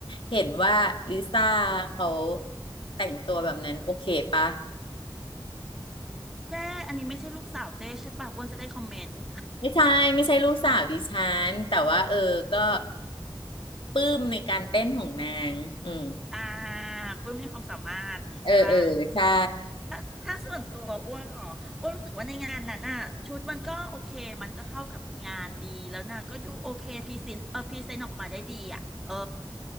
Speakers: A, on the left; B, in the centre.
A: เห็นว่าลิซ่าเขาแต่งตัวแบบนั้นโอเคปะ
B: เจ้อันนี้ไม่ใช่ลูกสาวเจ้ใช่ปะอ้วนจะได้คอมเมนต์
A: ไม่ใช่ ไม่ใช่ลูกสาวดิฉันแต่ว่าเออก็ปลื้มในการเต้นของนาง อืม
B: <laughs> อ่าปลื้มมีความสามารถอย่างนี้ใช่ปะ
A: เออเออใช่
B: ถ้าถ้าส่วนตัวอ้วนเหรออ้วนรู้สึกว่าในงานนั้นน่ะชุดมันก็โอเคมันก็เข้ากับงานดีแล้วน่ะก็ดูโอเคพรีเซนต์เออพรีเซนต์ออกมาได้ดีอ่ะเออ